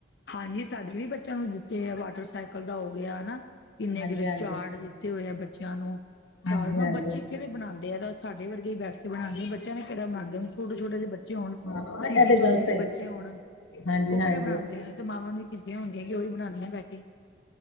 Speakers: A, on the left; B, on the left.
A: ਹਾਂਜੀ ਸਾਡੇ ਵੀ ਬੱਚਿਆਂ ਨੂੰ ਦਿੱਤੇ ਆ ਵਾਟਰਸਾਈਕਲ ਦਾ ਹੋ ਗਿਆ ਨਾ। ਕਿੰਨੇ
B: ਹਾਂਜੀ
A: ਕਿੰਨੇ
B: ਹਾਂਜੀ
A: ਚਾਟ ਦਿੱਤੇ ਹੋਏ ਆ ਬੱਚਿਆਂ ਨੂੰ ਚਾਟ
B: ਹਾਂਜੀ
A: ਮ
B: ਹਾਂਜੀ
A: ਬੱਚੇ ਕਿਹੜੇ ਬਣਾਦੇ ਆ ਦਸ। ਸਾਡੇ ਵਰਗੇ ਹੀ ਬੈਠ ਕੇ ਬਣਾਦੇ ਆ ਬੱਚਿਆਂ ਨੇ ਕਿਹੜਾ ਬਣਾਦੇ ਹੁ ਛੋਟੇ ਛੋਟੇ ਜਹੇ ਬੱਚੇ ਹੋਣ।
B: ਹਾਂ
A: ਤੀਜੀ
B: ਇਹ ਤੇ
A: ਚੌਥੀ
B: ਗੱਲ
A: ਦੇ
B: ਸਹੀ
A: ਬੱਚੇ
B: ਹੈ
A: ਹੋਣ
B: ਹਾਂਜੀ
A: ਉਹ
B: ਹਾਂਜੀ
A: ਕਿੜੇ ਬਣਾਦੇ ਹੈ ਇਹ ਤੇ ਮਾਵਾਂ ਨੂੰ ਵੀ ਜੇ ਹੁੰਦੀਆਂ ਉਹ ਹੀ ਬਣਾਦੀਆਂ ਬਹਿ ਕੇ।